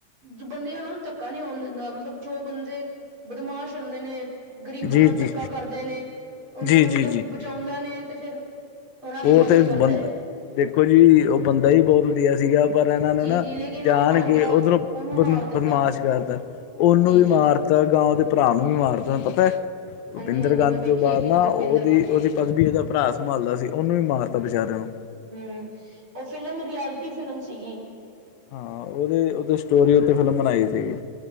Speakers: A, on the right (about 35°); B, on the left (about 90°).
A: ਜੋ ਬੰਦਿਆਂ ਨਾਲ ਧੱਕਾ ਨਹੀਂ ਹੋਣ ਦਿੰਦਾ, ਮਤਲਬ ਜੋ ਬੰਦੇ ਬਦਮਾਸ਼ ਹੁੰਦੇ ਨੇ ਗ਼ਰੀਬਾਂ
B: ਜੀ
A: ਨਾਲ
B: ਜੀ
A: ਧੱਕਾ ਕਰਦੇ ਨੇ, ਉਹਨਾਂ
B: ਜੀ
A: ਨੂੰ ਮਤਲਬ
B: ਜੀ ਜੀ
A: ਬੱਚਾਉਂਦਾ ਨੇ ਤੇ ਫਿਰ ਉਹਨਾਂ ਦੀ
B: ਉਹ
A: ਮਦਦ
B: ਤੇ
A: ਕਰਦਾ
B: ਬੰਦਾ,
A: ਹੈ
B: ਦੇਖੋ ਜੀ ਉਹ ਬੰਦਾ ਹੀ ਬਹੁਤ ਵਧੀਆ ਸੀਗਾ ਪਰ ਇਹਨਾਂ ਨੇ
A: ਜੀ
B: ਨਾ,
A: ਜੀ ਲੇਕਿਨ
B: ਜਾਣ
A: ਉਹ ਮਾਰ
B: ਕੇ
A: ਗਿਆ
B: ਉਧਰੋਂ
A: ਉਹਨੂੰ
B: ਬਦਮਾਸ਼
A: ਮਾਰ ਦਿੱਤਾ
B: ਕਰਤਾ ਉਹਨੂੰ
A: ਜੀ
B: ਵੀ
A: ਜੀ
B: ਮਾਰਤਾ ਤੇ ਅਗਾਂਹ ਉਹਦੇ ਭਰਾ ਨੂੰ ਵੀ ਮਾਰਤਾ ਪਤਾ ਹੈ ਰੁਪਿੰਦਰ
A: ਹਾਂਜੀ ਹਾਂਜੀ
B: ਗਾਂਧੀ
A: ਮੈਂ ਵੇਖੀ
B: ਤੋਂ ਬਾਅਦ
A: ਹੈ ਫਿਲਮ
B: ਨਾ ਉਹਦੀ
A: ਰੁਪਿੰਦਰ ਗਾਂਧੀ
B: ਉਹਦੀ ਪਦਵੀ ਉਹਦਾ ਭਰਾ ਸੰਭਾਲਦਾ ਸੀ, ਉਹਨੂੰ ਵੀ ਮਾਰਤਾ ਵਿਚਾਰੇ ਨੂੰ
A: ਹੂ ਉਹ ਫਿਲਮ ਰਿਐਲਟੀ ਫਿਲਮ ਸੀਗੀ
B: ਹਾਂ ਉਹਦੇ ਉਹਦੇ ਸਟੋਰੀ ਉੱਤੇ ਫਿਲਮ ਬਣਾਈ ਸੀਗੀ